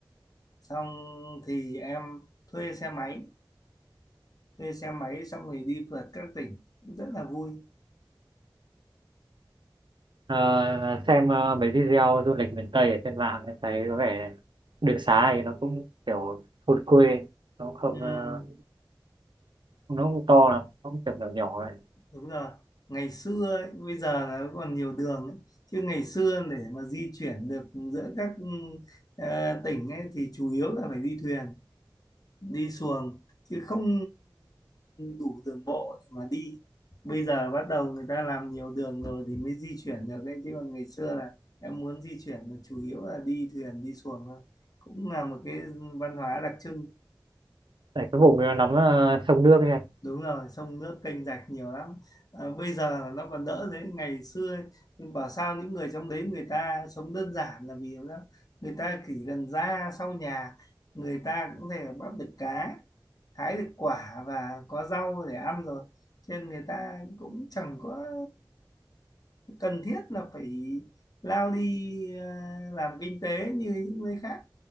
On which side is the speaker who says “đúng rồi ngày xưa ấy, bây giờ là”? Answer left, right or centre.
Left